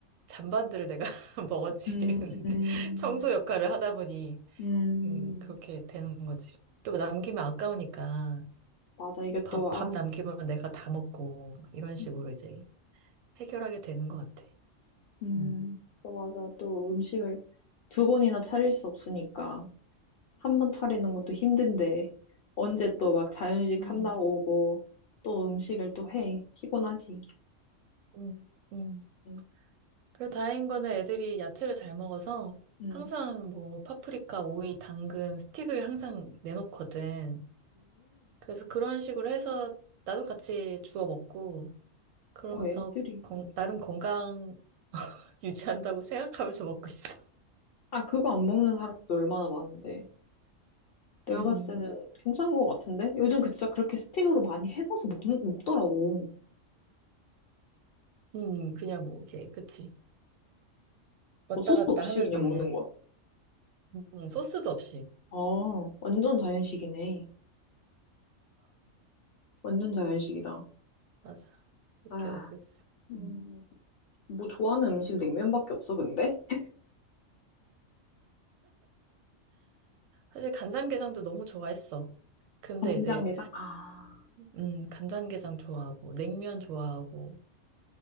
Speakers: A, on the right (about 85°); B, on the left (about 60°).
A: 잔반들을 내가 <laughs> 먹어치우는
B: 음,
A: <laughs>
B: 음,
A: 청소 역할을 하다 보니,
B: 음,
A: 음, 그렇게 되는 거지. 또 남기면 아까우니까
B: 맞아. 이게
A: 밥,
B: 또,
A: 밥
B: 아,
A: 남기면 내가 다 먹고, 막 이런 식으로
B: 음,
A: 이제 해결하게 되는 것 같아.
B: 음.
A: 음.
B: 또 맞아. 또 음식을 두 번이나 차릴 수 없으니까. 한 번 차리는 것도 힘든데 언제 또 막 자연식
A: 음,
B: 한다고 뭐 또 음식을 또 해. 피곤하지.
A: 음, 음.
B: 응.
A: 그리고 다행인 거는 애들이 야채를 잘 먹어서
B: 응.
A: 항상 뭐 파프리카, 오이, 당근, 스틱을 항상 내놓거든. 그래서 그런 식으로 해서 나도 같이 주워 먹고 그러면서
B: 오. 어, 애들이.
A: 건- 나름 건강 <laughs> 유지한다고 생각하면서 먹고 있어.
B: 아, 그거 안 먹는 사람도 얼마나 많은데. 내가
A: 음,
B: 봤을 때는 괜찮은 것 같은데? 요즘 그 진짜 그렇게 스틱으로 많이 해놔서 먹는, 먹더라고.
A: 음, 그냥 뭐 이렇게 그치 왔다
B: 뭐 소스
A: 갔다
B: 없이
A: 하면서
B: 그냥 먹는
A: 그냥
B: 거야.
A: 음, 소스도 없이
B: 아, 완전 자연식이네. 완전 자연식이다.
A: 맞아 이렇게
B: 아,
A: 먹고 있어.
B: 음,
A: 음.
B: 뭐 좋아하는 음식 냉면밖에 없어, 근데? <laughs>
A: 사실 간장게장도 너무 좋아했어. 근데
B: 간장게장?
A: 이제
B: 아,
A: 음, 간장게장 좋아하고, 냉면 좋아하고,